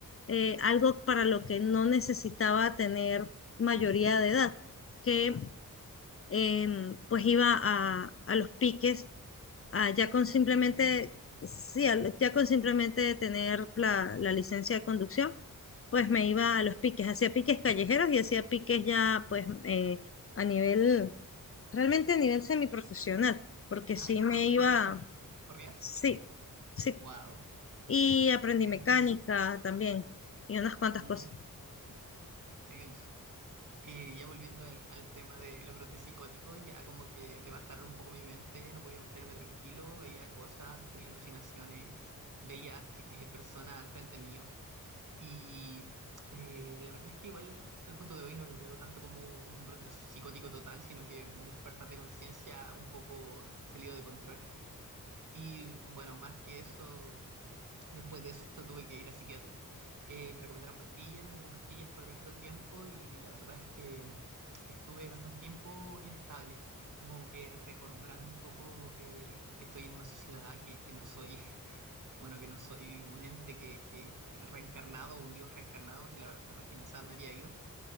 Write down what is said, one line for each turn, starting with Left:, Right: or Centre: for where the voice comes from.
Left: eh, algo para lo que no necesitaba tener mayoría de edad, que em, pues iba a, a los piques, a ya con simplemente,
Right: No explique. <laughs>
Left: sí, al- ya con simplemente tener la la licencia de conducción pues me iba a los piques, hacía piques callejeros y hacía piques ya pues eh, a nivel, realmente a nivel semiprofesional, porque
Right: Ay,
Left: sí
Right: ¿tú,
Left: me
Right: cor-
Left: iba,
Right: tú corrías? ¿Corrías?
Left: sí, sí,
Right: Wow,
Left: y aprendí
Right: qué
Left: mecánica
Right: intenso.
Left: también y unas cuantas
Right: Ujú,
Left: cosas.
Right: Te cacho. Eh, ya volviendo al, al tema de los brotes psicóticos, ya como que devastaron un poco mi mente, no podía mantenerme tranquilo, veía cosas, tenía alucinaciones, veía eh, <laughs> personas al frente mío y eh, la verdad es que igual hasta el punto de hoy no lo veo tanto como un brote psicótico total, sino que un despertar de conciencia un poco salido de control. Y bueno, más que eso... Después de eso tuve que ir a psiquiatra. Eh, me recomendaron pastillas, me dieron pastillas por harto tiempo y la verdad es que estuve bastante tiempo inestable, como que recobrando un poco eh, que estoy en una sociedad, que, que no soy, <laughs> bueno, que no soy un ente que, que, que reencarnado o un dios reencarnado, porque la verdad es que en esa me había ido.